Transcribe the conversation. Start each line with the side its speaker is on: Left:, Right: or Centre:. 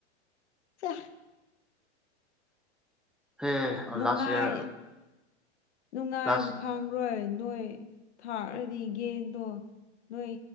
Left: ꯆ
Centre: ꯍꯦ
Left: ꯅꯨꯡꯉꯥꯏ
Centre: ꯂꯥꯁ ꯏꯌꯥꯔ
Left: ꯅꯨꯡꯉꯥꯏꯕ
Centre: ꯂꯥꯁ
Left: ꯈꯪꯈ꯭ꯔꯣꯏ ꯅꯣꯏ ꯊꯥꯛꯑꯗꯤ ꯒꯦꯟꯗꯣ ꯅꯣꯏ